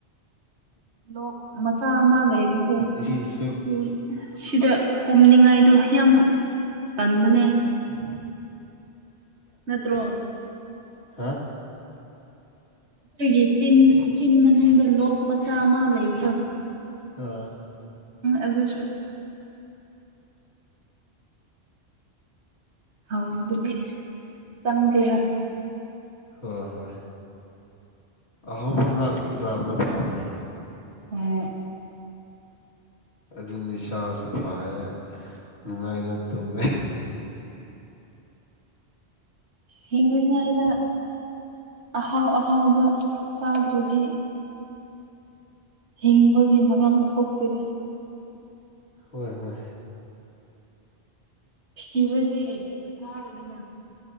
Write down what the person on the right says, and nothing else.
ꯂꯣꯛ ꯃꯆꯥ ꯑꯃ ꯂꯩꯕꯁꯦ
ꯁꯤ ꯁꯤꯗ ꯀꯨꯝꯅꯤꯡꯉꯥꯏꯗꯣ ꯌꯥꯝ ꯇꯟꯥꯟꯕꯅꯦ
ꯅꯠꯇ꯭ꯔꯣ
ꯑꯩꯈꯣꯏꯒꯤ ꯆꯤꯟ ꯆꯤꯟ ꯃꯅꯨꯡꯗ ꯂꯣꯛ ꯃꯆꯥ ꯑꯃ ꯂꯩꯕꯗꯣ
ꯑꯗꯁꯨ ꯍꯥꯎ ꯑꯗꯨ ꯑꯗꯨꯗꯤ ꯆꯪꯗꯦꯅ
ꯍꯣꯏ
ꯍꯤꯡꯃꯤ ꯉꯥꯏꯗ ꯑꯍꯥꯎ ꯑꯍꯥꯎꯕ ꯆꯥꯗ꯭ꯔꯗꯤ ꯍꯤꯡꯕꯒꯤ ꯃꯔꯝ ꯊꯣꯛꯇꯗ
ꯊꯤꯔꯗꯤ ꯆꯥꯔꯅꯤꯅ